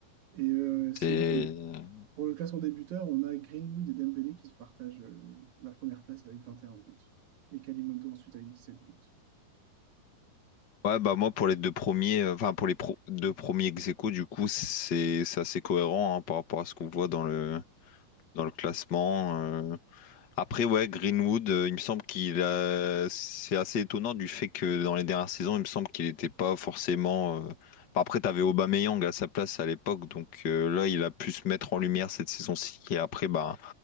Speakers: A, on the right; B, on the left.
A: Et euh, sinon,
B: c'est.
A: euh, pour le classement débuteur, on a Greenwood et Dembélé qui se partagent euh, la première place avec 21 buts. Et Kalimondo ensuite avec 17 buts.
B: Ouais, bah moi pour les deux premiers, euh, enfin pour les pro- deux premiers ex aequo, du coup, c'est c'est assez cohérent hein, par rapport à ce qu'on voit dans le. dans le classement. euh. Après, ouais, Greenwood, euh, il me semble qu'il a... c'est assez étonnant du fait que dans les dernières saisons, il me semble qu'il n'était pas forcément. euh, Après, t'avais Aubameyang à sa place à l'époque, donc euh, là, il a pu se mettre en lumière cette saison-ci. Et après, bah,